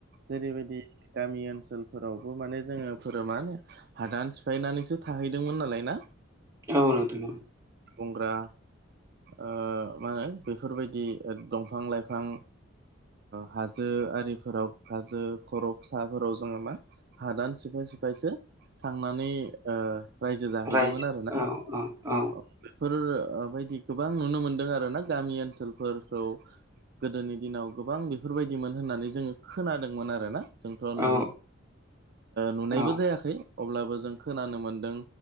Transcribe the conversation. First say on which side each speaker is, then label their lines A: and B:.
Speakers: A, on the right (about 55°); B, on the right (about 15°).
A: जेरैबायदि गामि ओनसोलफोरावबो माने जोङो फोरमानो हादान सिफायनानैसो थाहैदोंमोन नालाय ना?
B: औ नोंथां औ
A: गंग्रा ओ मा होनो बेफोरबायदि दंफां लाइफां हाजो आरिफोराव हाजो खर' फिसाफोराव जोङो मा हादान सिफाय सिफायसो थांनानै रायजो जाहैदोंमोन
B: रायजो
A: आरोना
B: औ औ औ
A: बेफोर बायदि गोबां नुनो मोनदों आरो ना गामि ओनसोलफोरखौ गोदोनि दिनाव गोबां बेफोरबायदिमोन होननानै जोङो खोनादोंमोन आरोना जोंथ'
B: औ
A: नु ओ नुनायबो
B: औ
A: जायाखै अब्लाबो जों खोनानो मोनदों।